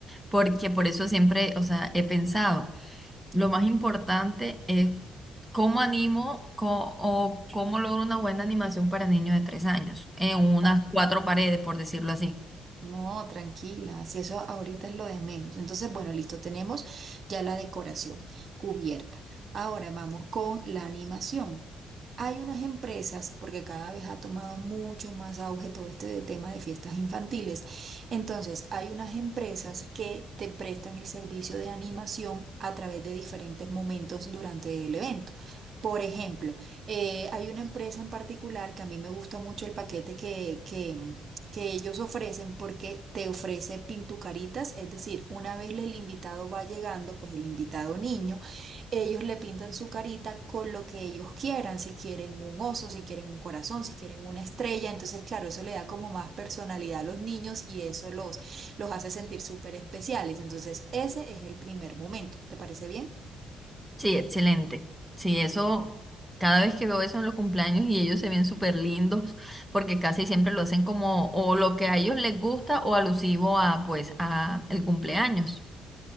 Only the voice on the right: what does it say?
no
No, tranquila, si eso ahorita es lo de menos. Entonces, bueno, listo, tenemos ya la decoración cubierta. Ahora vamos con la animación. Hay unas empresas, porque cada vez ha tomado mucho más auge todo este de tema de fiestas infantiles. Entonces, hay unas empresas que te prestan el servicio de animación a través de diferentes momentos durante el evento. Por ejemplo, eh, hay una empresa en particular que a mí me gusta mucho el paquete que, que que ellos ofrecen porque te ofrece pintucaritas, es decir, una vez el invitado va llegando, pues el invitado niño, ellos le pintan su carita con lo que ellos quieran, si quieren un oso, si quieren un corazón, si quieren una estrella, entonces claro, eso le da como más personalidad a los niños y eso los, los hace sentir súper especiales, entonces ese es el primer momento, ¿te parece bien?